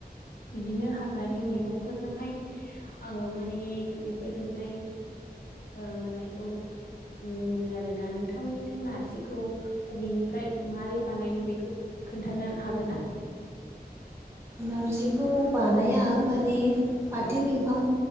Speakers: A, on the left; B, on the right.
A: बिदिनो हाग्रानि मैगंफोरजोंहाय, ओ माने बेफोरजोंहाय ओ मोननायखौ नुनो मोनो आरोना। नोंथांमोननिथिं नारजिखौ अबेनिफ्राय मारै बानायो बेखौ खोन्थानो हागोन ना?
B: नारजिखौ बानाया माने फाथो
A: औ
B: बिफां